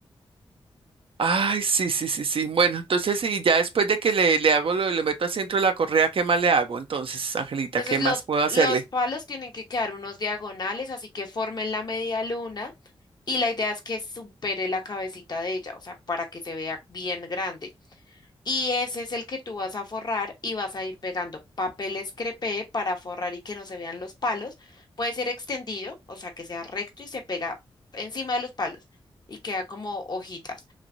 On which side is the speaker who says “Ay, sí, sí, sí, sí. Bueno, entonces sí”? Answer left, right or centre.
Right